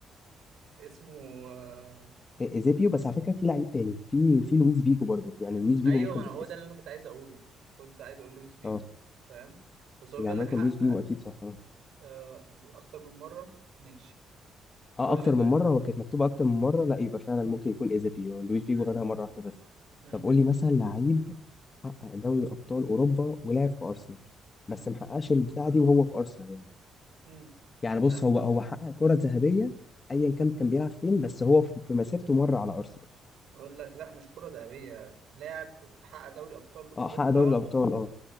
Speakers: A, on the right (about 75°); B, on the left (about 20°).
A: اسمه آه،
B: إ- إيزيبيو بس على فكرة في لعيب تاني في في لويس فيجو برضو يعني لويس فيجو
A: ايوه
B: ممكن
A: ما أنا
B: تتحسب
A: هو ده اللي انا كنت عايز اقوله كنت عايز اقول لويس فيجو
B: اه
A: فاهم بس هو
B: يعني
A: بيقول لك
B: مثلا
A: حقق
B: لويس فيجو أكيد صح آه.
A: آه، اكتر من مرة ماشي
B: اه
A: قول
B: اكتر
A: لي طيب
B: من مره هو كانت مكتوبه اكتر من مره لا يبقى فعلا ممكن يكون ايزابيو لويس فيجو
A: مم.
B: خدها مره واحده بس
A: مم.
B: طب قول لي مثلا لعيب حقق دوري ابطال اوروبا ولعب في ارسنال
A: مم.
B: بس محققش البتاعه دي وهو في ارسنال يعني
A: مم.
B: يعني
A: لا
B: بص هو هو حقق كره ذهبيه ايا كان كان بيلعب فين بس هو في في مسيرته مره على ارسنال
A: بقول لك لا مش كرة ذهبية لاعب حقق دوري ابطال
B: اه
A: اوروبا
B: حقق دوري الابطال اه